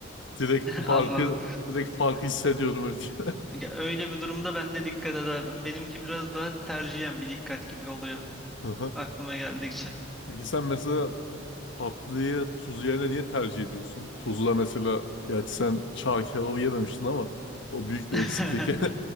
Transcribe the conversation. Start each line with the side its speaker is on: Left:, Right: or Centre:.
Left: Direkt farkı
Centre: Anladım.
Left: direkt farkı hissediyorum öyle diyeyim.
Centre: Ya öyle bir durumda ben de dikkat ederdim. Benimki biraz daha tercihen bir dikkat gibi oluyor
Left: <laughs> Aha.
Centre: aklıma geldikçe.
Left: Peki sen mesela Tatlıyı tuz yerine niye tercih ediyorsun? Tuzla mesela gerçi sen çağ kebabı yememiştin ama o büyük
Centre: <laughs>
Left: bir eksiklik. <laughs>